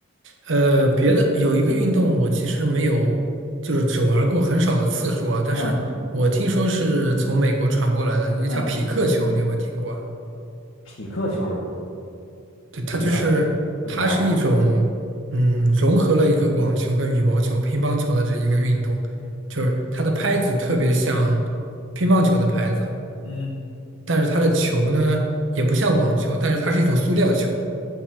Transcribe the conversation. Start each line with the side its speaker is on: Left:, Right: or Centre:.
Right: 呃，别的有一个运动，我其实没有，就是只玩过很少的次数啊。但是我听说是从美国传过来的，
Left: 嗯。
Right: 一个叫匹克球，
Left: 嗯，
Right: 你有没有听过啊？
Left: 匹克球是什么？
Right: 对，它就是它是一种，
Left: 不知道，不知道。
Right: 嗯，融合了一个网球跟羽毛球、乒乓球的这一个运动，就是它的拍子特别像乒乓球的拍子，
Left: 嗯
Right: 但是它的球呢也不像网球，但是它是一种塑料球。